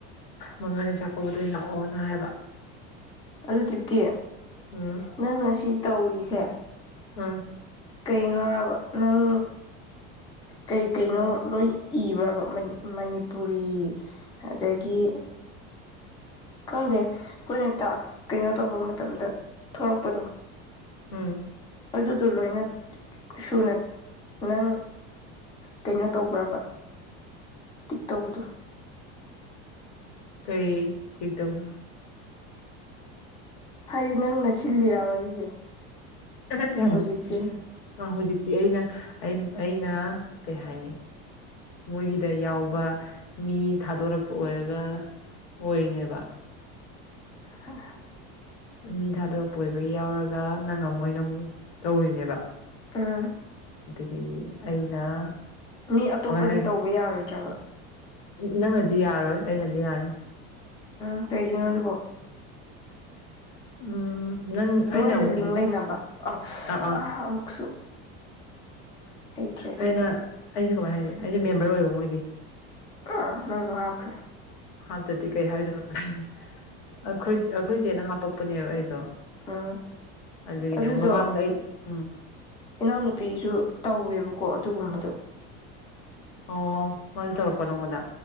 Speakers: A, on the left; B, on the left.
A: ꯃꯉꯥꯅꯤ ꯆꯥꯛꯀꯧꯕꯗ ꯂꯥꯛꯑꯣꯅ ꯍꯥꯏꯕ
B: ꯑꯗꯨ ꯇꯤꯞꯀꯤ
A: ꯎꯝ
B: ꯅꯪꯅ ꯁꯤ ꯇꯧꯔꯤꯁꯦ
A: ꯎꯝ
B: ꯀꯩꯅꯣꯔꯕ ꯅꯪ ꯀꯩ ꯀꯩꯅꯣ ꯂꯣꯏ ꯏꯕ꯭ꯔꯕ ꯃꯅꯤꯄꯨꯔꯤ ꯑꯗꯒꯤ ꯀꯪꯒꯦ ꯑꯩꯈꯣꯏꯅ ꯇꯥꯛꯁ ꯀꯩꯅꯣ ꯇꯧꯕ ꯃꯇꯝꯗ ꯊꯣꯔꯛꯄꯗꯣ
A: ꯎꯝ
B: ꯑꯗꯨꯗ ꯂꯣꯏꯅ ꯁꯨꯅ ꯅꯪ ꯀꯩꯅꯣ ꯇꯧꯕ꯭ꯔꯕ ꯇꯤꯛ ꯇꯧꯕꯗꯨ
A: ꯀꯩ ꯊ ꯇꯕꯅ
B: ꯍꯥꯏꯗꯤ ꯅꯪꯅ ꯁꯤꯜꯂꯤꯔꯔꯕ ꯁꯤꯁꯦ
A: ꯁ
B: ꯍꯧꯖꯤꯛꯁꯦ
A: ꯑ ꯍꯧꯖꯤꯛꯇꯤ ꯑꯩꯅ ꯑꯩꯅ ꯀꯩ ꯍꯥꯏꯅꯤ ꯃꯣꯏꯒꯤꯗ ꯌꯥꯎꯕ ꯃꯤ ꯊꯥꯗꯣꯔꯛꯄ ꯑꯣꯏꯔꯒ ꯑꯣꯏꯅꯦꯕ
B: ꯍ
A: ꯃꯤ ꯊꯥꯗꯣꯔꯛꯄ ꯑꯣꯏꯕꯒꯤ ꯌꯥꯎꯔꯒ ꯅꯪ ꯑꯃꯨꯛ ꯑꯣꯏꯅ ꯑꯃꯨꯛ ꯇꯧꯔꯤꯅꯦꯕ
B: ꯑꯥ
A: ꯗꯒꯤ ꯑꯩꯅ
B: ꯃꯤ ꯑꯇꯣꯞꯄꯗꯤ
A: ꯀꯃꯥꯏ ꯍꯥꯏ
B: ꯇꯧꯕ ꯌꯥꯔꯣꯏꯗ꯭ꯔꯕ
A: ꯅꯪꯅꯗꯤ ꯌꯥꯔꯣꯏ ꯑꯩꯅꯗꯤ ꯌꯥꯅꯤ
B: ꯎ ꯀꯩꯒꯤꯅꯣꯗꯤ ꯄꯣ
A: ꯎꯝ ꯅꯪ ꯑꯩꯅ
B: ꯃꯣꯏꯒ
A: ꯑꯃꯨꯛ
B: ꯂꯤꯡ ꯂꯩꯅꯕ ꯑ
A: ꯑꯥ ꯑꯥ
B: ꯑ ꯑꯃꯨꯛꯁꯨ ꯍꯩꯇ꯭ꯔꯦ
A: ꯑꯩꯅ
B: ꯑꯩ
A: ꯑꯩꯁꯨꯦ ꯀꯃꯥꯏꯅ ꯍꯥꯏꯅꯤ ꯑꯩꯁꯨꯦ ꯃꯦꯝꯕꯔ ꯑꯣꯏꯕ ꯃꯣꯏꯒꯤ
B: ꯑ ꯅꯪꯁꯨ ꯍꯥꯞꯈ꯭ꯔꯦ
A: ꯍꯥꯞꯇꯗꯤ ꯀꯩ ꯍꯥꯏꯗ ꯑꯩꯈꯣꯏ ꯑꯩꯈꯣꯏꯆꯦꯅ ꯍꯥꯞꯄꯛꯄꯅꯦꯕ ꯑꯩꯗꯣ
B: ꯑ
A: ꯑꯗꯨꯒꯤꯅꯦ
B: ꯑꯗꯨꯗꯣ
A: ꯃꯃꯥꯡꯗ ꯑꯩ ꯎꯝ
B: ꯏꯅꯥꯎꯅꯨꯄꯤꯁꯨ ꯇꯧꯋꯦꯕꯀꯣ ꯑꯗꯨꯒꯨꯝꯕꯗꯣ
A: ꯑꯣ ꯃꯜ ꯇꯧꯔꯛꯄ ꯅꯪꯉꯗꯥ